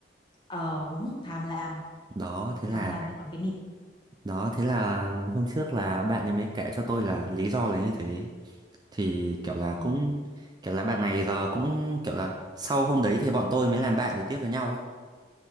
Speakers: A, on the left; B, on the right.
A: ờ đúng tham lam
B: đó thế
A: tham
B: là
A: lam thì còn cái nịt
B: đó thế là hôm trước là bạn ấy mới kể cho tôi là lý do là như thế thì kiểu là
A: ờ
B: cũng kiểu là bạn này giờ cũng kiểu là sau hôm đấy thì bọn tôi mới làm bạn được tiếp với nhau ấy